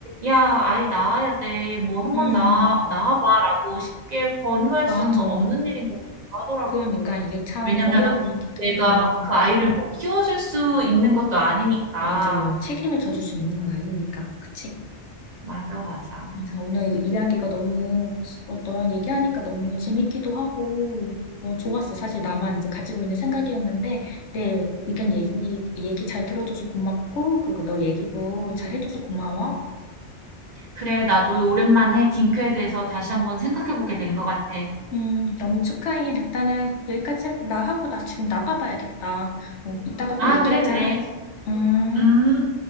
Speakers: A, on the right; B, on the left.
A: 야, 아이 낳아야 돼. 뭐 한번
B: 응,
A: 낳아, 낳아봐. 라고 쉽게 권유할
B: 맞아.
A: 수는 없는 일인 것 같기도 하더라고.
B: 그러니까 이게 참
A: 왜냐면
B: 어려운 얘기다.
A: 내가
B: 응,
A: 그 아이를 뭐 키워줄 수 있는 것도 아니니까.
B: 맞아. 책임을 져줄 수 있는 건 아니니까, 그치?
A: 맞아, 맞아.
B: 음, 자, 오늘 이 이야기가 너무, 어, 너랑 얘기하니까 너무 재밌기도 하고, 어, 좋았어. 사실 나만 이제 가지고 있는 생각이었는데, 내 의견 얘기, 얘기 잘 들어줘서 고맙고, 그리고 너 얘기도 잘 해줘서 고마워.
A: 그래, 나도 오랜만에 딩크에 대해서 다시 한번 생각해보게 된 것 같아.
B: 음, 너무 축하해. 일단은 여기까지 나 하고 나 지금 나가봐야겠다. 어, 이따가 또
A: 아,
B: 얘기하자.
A: 그래, 그래.
B: 음.
A: 음.